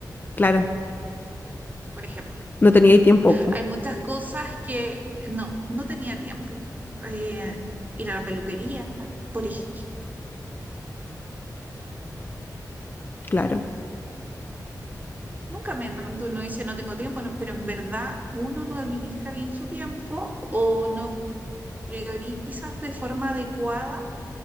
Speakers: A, on the left (about 25°); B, on the right (about 25°).
A: Claro,
B: por ejemplo.
A: no tenía ahí tiempo, po.
B: Hay muchas cosas que no, no tenía tiempo. Eh, ir a la peluquería, por ejemplo.
A: Claro,
B: Nunca me da cuenta, uno dice no tengo tiempo, no, pero en verdad uno no administra bien su tiempo o no priorizas de forma adecuada